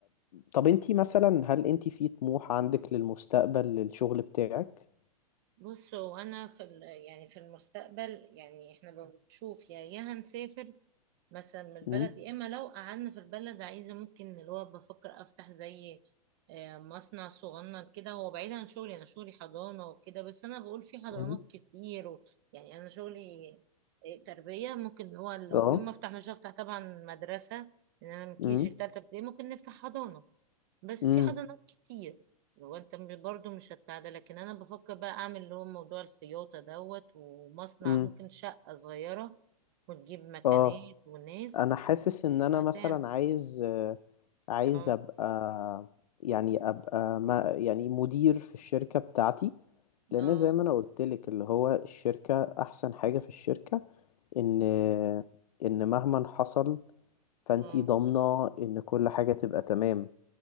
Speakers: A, on the left; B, on the right.
A: طب انتي مثلا هل انتي في طموح عندك للمستقبل للشغل بتاعك
B: بصوا انا في ال- يعني في المستقبل يعني احنا بنشوف يا يا هنسافر مثلا من البلد
A: امم
B: يا اما لو قعدنا في البلد عايزه ممكن اللي هو بفكر افتح زي آه، مصنع صغنن كده هو بعيد عن شغلي انا شغلي حضانه وكده بس انا بقول في حضانات
A: امم
B: كتير و... يعني انا شغلي آه، تربيه ممكن هو لو
A: اه
B: يوم ما افتح مش هفتح طبعا مدرسه لان انا من كي
A: امم
B: جي لتالتة ابتدائي ممكن نفتح حضانه بس
A: امم
B: في حضانات كتير لو انت م- برضو مش هتاع ده لكن انا بفكر بقى اعمل اللي هو موضوع الخياطه دوت ومصنع
A: امم
B: ممكن شقه صغيره وتجيب مكانات
A: اه
B: وناس
A: انا حاسس ان انا
B: هتعمل
A: مثلا عايز آه عايز
B: اه
A: ابقى يعني ابقى ما يعني مدير في الشركة بتاعتي لان
B: اه
A: زي ما انا قلت لك اللي هو الشركة احسن حاجة في الشركة ان ان مهما حصل فانتي
B: اه
A: ضامنة ان كل حاجة تبقى تمام